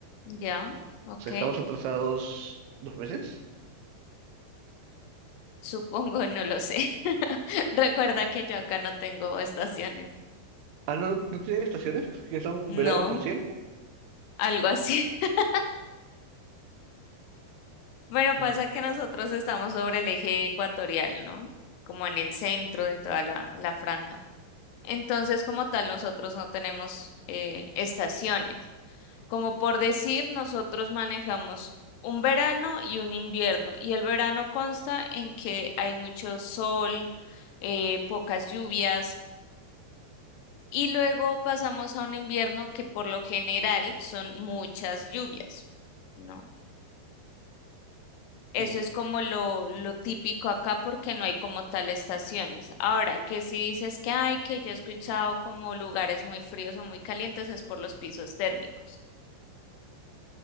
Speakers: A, on the left (about 80°); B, on the right (about 85°).
A: Ya. Ok.
B: O sea, estamos atrasados dos meses.
A: Supongo, no lo sé. <laughs> Recuerda que yo acá no tengo estaciones.
B: Ah, no, no tienen estaciones, que son
A: No,
B: verano por siempre.
A: algo así. <laughs> Bueno, pasa
B: Ujú,
A: que nosotros estamos sobre el eje ecuatorial, ¿no? Como en el centro de toda la, la franja. Entonces, como tal, nosotros no tenemos eh, estaciones. Como por decir, nosotros manejamos un verano y un invierno. Y el verano consta en que hay mucho sol, eh, pocas lluvias Y luego pasamos a un invierno que por lo general son muchas lluvias, ¿no? Eso
B: mm,
A: es como lo, lo típico acá porque no hay como tal estaciones. Ahora, que si dices que hay, que yo he escuchado como lugares muy fríos o muy calientes, es por los pisos térmicos,